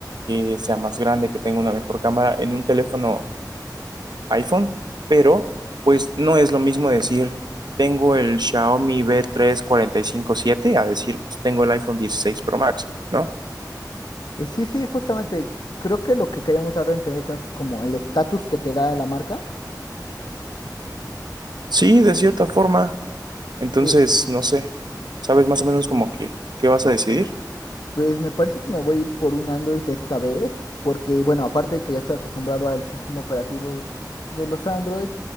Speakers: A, on the right (about 75°); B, on the left (about 75°).
A: que sea más grande, que tenga una mejor cámara en un teléfono iPhone, pero pues no es lo mismo decir tengo el Xiaomi b tres cuatro cinco siete a decir, pues tengo el iPhone dieciséis Pro Max, ¿no?
B: Eh, sí, sí, justamente creo que lo que queríamos dar a entender con eso es como el estatus que te da la marca.
A: Sí, de cierta forma. Entonces,
B: eh,
A: no sé, ¿sabes más o menos como que qué vas a decidir?
B: Pues me parece que me voy a ir por un Android esta vez, porque bueno, aparte de que ya estoy acostumbrado al sistema operativo de los Android,